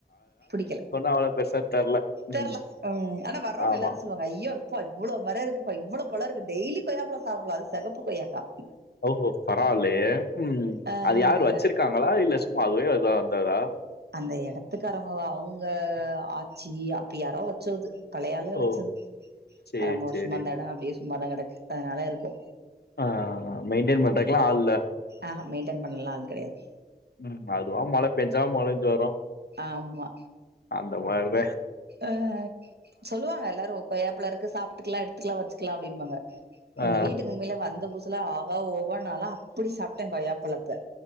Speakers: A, on the right (about 80°); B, on the left (about 80°).
A: புடிக்கல
B: அவ்வளவு பெர்சா தெர்ல
A: தெர்ல
B: ம்
A: ம் ஆனா வர்ரோவங்க
B: ஆமா
A: எல்லாரு சொல்லுவாங்க ஐயோ இப்ப இவ்ளோ மரோ இருக்குப்ப இவ்வளோ பழ இருக்கு பா டெய்லி கொய்யாபழோ சாப்புலா அது செகப்பு கொய்யாகா
B: ஓ பரவாலயே ம்
A: அஹ்
B: அது யாரு வச்சிருக்காங்களா இல்ல சும்மா அதுவே அதுதான வந்ததா
A: அந்த எடத்துக்காரவுங்க அவுங்க ஆச்சி அப்டி யாரோ வச்சோது பழைய ஆளுலுங்க
B: ஓ
A: வச்சது
B: சேரி
A: ரொம்ப வருசமா
B: சேரி
A: அந்த எடோ அப்படியே சும்மாதா கெடக்கு அதனால இருக்கு
B: ஆஹ் மெயின்டென் பண்றதுக்கல்லா ஆல் இல்ல
A: ஆஹ மெயின்டென் பண்ணலா ஆள் கெடையாது
B: ம் அதுவா மழ பெஞ்சா மொழஞ்சு வரு
A: ஆமா
B: அந்த மாரித
A: ஆஹ் சொல்லுவாங்க எல்லாரு கொய்யாபழோ இருக்கு சாப்பிட்டுக்கலா எடுத்துக்கலா வச்சுக்கலா அப்படிம்பாங்க
B: ஆ
A: இந்த வீட்டுக்கு உம்மையில வந்த பூதுசுல ஆகா ஓகோனு நாள அப்டி சாப்டேன் கொய்யாப்பழத்த